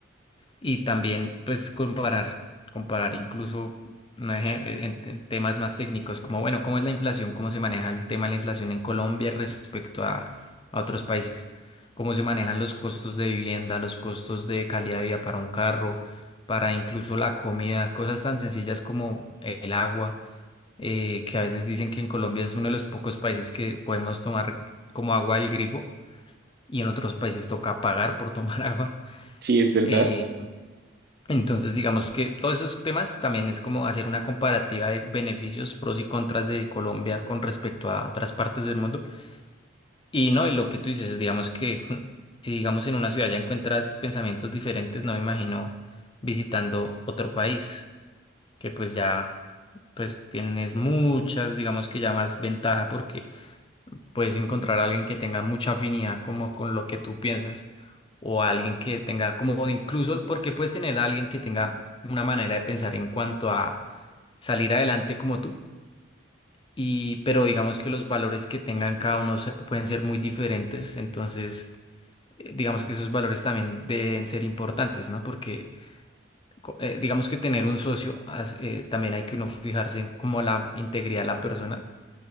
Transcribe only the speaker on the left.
Y también, pues, comparar, comparar incluso no eje- eh, en, en temas más técnicos, como, bueno, cómo es la inflación, cómo se maneja el tema de la inflación en Colombia respecto a, a otros países, cómo se manejan los costos de vivienda, los costos de calidad de vida para un carro, para incluso la comida, cosas tan sencillas como el agua, eh, que a veces dicen que en Colombia es uno de los pocos países que podemos tomar como agua del grifo y en otros países toca pagar por tomar <laughs> agua.
eh, entonces, digamos que todos esos temas también es como hacer una comparativa de beneficios, pros y contras de Colombia con respecto a otras partes del mundo. Y no, y lo que tú dices es, digamos que <laughs> si digamos en una ciudad ya encuentras pensamientos diferentes, no me imagino visitando otro país, que pues ya pues tienes muchas, digamos que ya más ventaja porque puedes encontrar a alguien que tenga mucha afinidad como con lo que tú piensas o alguien que tenga como o incluso porque puedes tener a alguien que tenga una manera de pensar en cuanto a salir adelante como tú y pero digamos que los valores que tengan cada uno se- pueden ser muy diferentes, entonces eh, digamos que esos valores también deben ser importantes, ¿no? Porque co- eh, digamos que tener un socio as- eh, también hay que uno fijarse en como la integridad de la persona